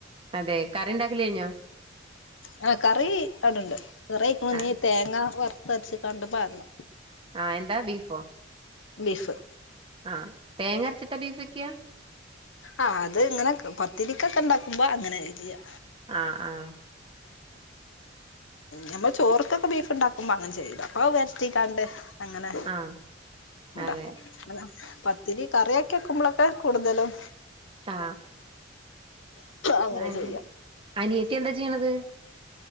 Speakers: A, on the right; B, on the left.
A: അതെ കറി ഉണ്ടാക്കല് കഴിഞ്ഞോ
B: ആഹ കറി കടുണ്ട് കറ മഞ്ഞി
A: ആ
B: തേങ്ങ വറത്തച്ച് കണ്ട പറഞ്ഞു
A: ആഹ എന്താ ബീഫോ
B: ബീഫ്
A: ആഹ തേങ്ങ അരച്ചിട്ട ബീഫ്ൊക്കെയാ
B: ആ അത് ഇങ്ങനെ പത്തിരിക്കൊക്കെ ഉണ്ടാക്കുമ്പോ അങ്ങനെ ചെയ്യാ
A: ആ ആ
B: നമ്മള് ചോർക്കൊക്കെ ബീഫ് ഉണ്ടാക്കുമ്പോ അങ്ങനെ ചെയ്യല്. അപ്പൊ വരട്ടീക്കാണ്ട് അങ്ങനെ
A: ആ
B: ഉണ്ടാക്കും
A: അതെ
B: പത്തിരി കറിയൊക്കെ വെക്കുമ്പോളെക്കെ കൂടുതലും
A: ആ <unintelligible>
B: അങ്ങനെ ചെയ്യാ
A: അനിയത്തി എന്താ ചെയ്യണത്?